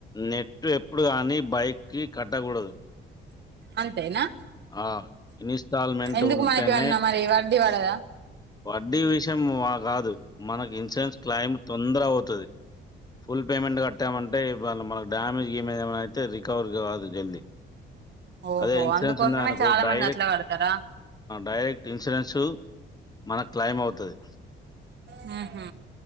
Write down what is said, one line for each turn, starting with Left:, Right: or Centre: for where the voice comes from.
Left: నెట్ ఎప్పుడు గాని బైక్‌కి కట్టగూడదు.
Right: అంతేనా
Left: ఆ ఇనిస్టాల్మేంట్
Right: ఎందుకు
Left: ఉంటేనే
Right: మనకి ఏమన్నా మరి వడ్డీ వడదా
Left: వడ్డీ విషయం మ కాదు మనక్ ఇన్సేన్స్ క్లయిమ్ తొందర పోతది. ఫుల్ పేమెంట్ కట్టామంటే ఇవాళ మనకు డ్యామేజ్ గిమేజ్ ఏమైన అయితే రికవర్ గాదు జల్దీ
Right: ఓహో
Left: అదే ఇన్సూరెన్స్
Right: అందుకోసమే
Left: ఉన్నదనుకో
Right: చాలా
Left: డైరెక్
Right: మంది అట్లా కడతారా
Left: డైరెక్ట్ ఇన్సూరెన్సు మనక్ క్లైమ్ అవుతది.
Right: మ్ హా